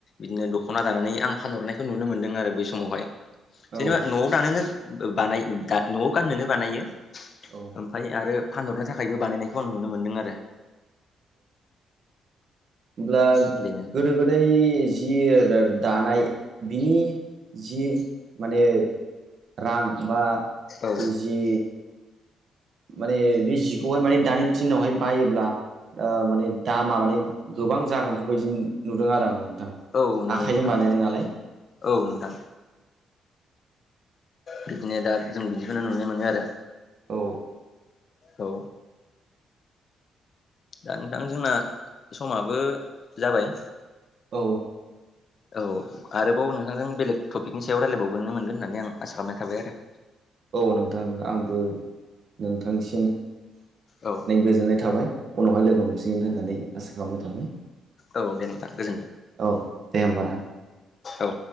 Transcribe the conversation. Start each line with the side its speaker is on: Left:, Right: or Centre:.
Left: बिदि दख'ना दानानै आं फानहरनायखौ नुनो मोन्दों आरो बै समावहाय
Right: औ
Left: जेनेबा न'आव दानोनो बानाय न'आव गाननोनो बानायो।
Right: औ
Left: ओमफाय आरो फानहरनो थाखायबो बानायनायखौ आं नुनो मोनदों आरो।
Right: होमब्ला
Left: बेनो
Right: गोदो गोदाय जि दानाय बिनि जि माने रां बा
Left: औ
Right: जि माने बे जिखौहाय माने दानि दिनावहाय बायोब्ला ओ माने दामा माने गोबां जागोनखौ बायदि नुदों आरो आं। थां।
Left: औ नंगौ
Right: आखजों
Left: नोंथां
Right: बानायनाय नालाय।
Left: औ नोंथां बिदिनो दा जों बिदिखौनो नुनो मोनो आरो।
Right: औ।
Left: औ। दा नोंथां जोंना समाबो जाबाय
Right: औ
Left: औ आरोबाव नोंथांजों बेलेग टपिकनि सायाव रायजलायबावगोनो मोनगोन होननानै आं आसा खालामनाय थाबाय आरो।
Right: औ नोंथां आंबो नोंथांनिसिम सिम
Left: औ
Right: गोजोननाय थाबाय उनावहाय लोगो हमसिनगोन होननानै आसा बावनाय थाबाय
Left: औ दे नोंथां गोजोन्थों
Right: औ दे होमब ना?
Left: औ।